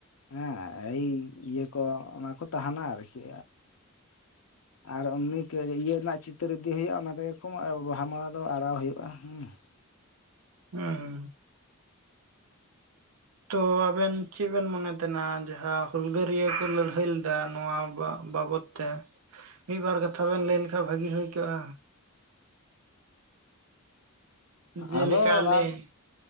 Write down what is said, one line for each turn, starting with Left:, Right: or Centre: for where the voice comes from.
Left: ᱦᱮᱸ ᱮᱭ ᱤᱭᱟᱹ ᱠᱚ ᱚᱱᱟ ᱠᱚ ᱛᱟᱦᱮᱱᱟ ᱟᱨᱠᱤ
Right: <inaudible>
Left: ᱟᱨ ᱩᱱᱤ ᱤᱭᱟᱹ ᱨᱮᱱᱟᱜ ᱪᱤᱛᱟᱹᱨ ᱤᱫᱤ ᱦᱩᱭᱩᱜᱼᱟ ᱚᱱᱟ ᱛᱮᱜᱮ ᱠᱚ ᱵᱟᱦᱟ ᱢᱟ ᱫᱚ ᱟᱨᱟᱣ ᱦᱩᱭᱩᱜᱼᱟ ᱦᱮᱸ ᱾
Right: ᱦᱮᱸ ᱦᱮᱸ ᱾ ᱛᱚ ᱟᱵᱮᱱ ᱪᱮᱫ ᱵᱮᱱ ᱢᱚᱱᱮ ᱛᱟᱦᱮᱱᱟ ᱡᱟᱦᱟᱸ ᱦᱩᱞᱜᱟᱹᱨᱤᱭᱟᱹ ᱠᱚ ᱞᱟᱹᱲᱦᱟᱹᱭ ᱞᱮᱫᱟ ᱱᱚᱣᱟ ᱵᱟᱵᱚᱛ ᱮᱱᱛᱮ ᱢᱤᱫ ᱵᱟᱨ ᱠᱟᱛᱷᱟ ᱵᱮᱱ ᱞᱟᱹᱭ ᱞᱮᱠᱷᱟᱱ ᱵᱷᱟᱹᱜᱤ ᱦᱳᱭ ᱠᱚᱜᱼᱟ ᱾ ᱡᱮᱞᱮᱠᱟ
Left: ᱟᱫᱚ ᱚᱱᱟ
Right: ᱞᱤᱧ